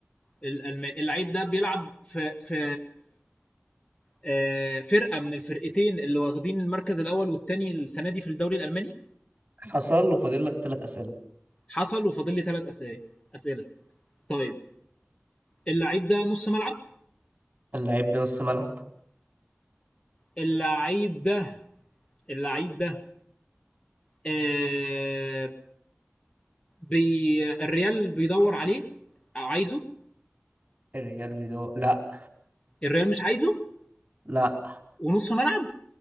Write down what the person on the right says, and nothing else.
حصل له فاضل لك ثلاث اسئلة
اللعيب ده نص ملعب
الريال بيدور لا
لا